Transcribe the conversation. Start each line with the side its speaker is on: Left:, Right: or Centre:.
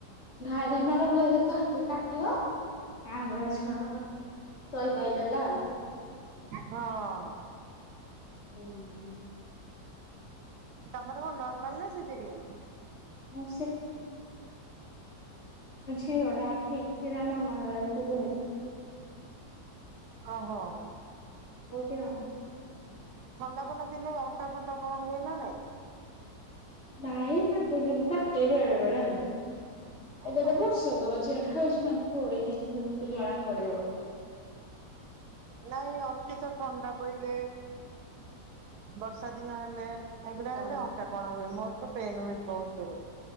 Left: ଢାଇ ଢାଇ ମାଡ ହେଲେ <unintelligible> କ କାଟି କାନ୍ଦ ଛୁଆ ସହିପାଇଲେ ନା।
Right: ହଁ
Left: ହୁଁ ହୁଁ।
Right: ତମର କଣ ନର୍ମାଲ ନା ସିଜରିୟାନ?
Left: ମୁଁ ଏ ଝିଅଟା ଠିକ ଥିଲା ନର୍ମାଲ ବେଳକୁ
Right: ଓହୋ
Left: <unintelligible> <unintelligible>
Right: ଥଣ୍ଡା ଫଣ୍ଡା ଥିଲେ ଅଣ୍ଟା ଫଣ୍ଟା କଣ ହୁଏ ନା ନାଇଁ?
Left: ନାଇ ନ ସେ ବି କି କାଟ ବେଳେ ବେଳେ ଆଉ।
Right: ଓହୋ।
Left: ଏବେ ତ ବର୍ଷକର ଝିଅ ଟା ଆଉ ଜଣ ପୋଡିଇ ନେଇ ସେ ଜଣା ପଡ଼ିବ
Right: ନାଇଁ ଅତିଶ ଥଣ୍ଡା ପଇଲେ ବର୍ଷା ଦିନ ହେଲେ ଏଗୁଡା
Left: ହୁଁ।
Right: ହଲେ ଅଣ୍ଟା କଣ ହୁଏ ମୋର ତ ପେନ ହୁଏ ବହୁତ ଜୋରେ।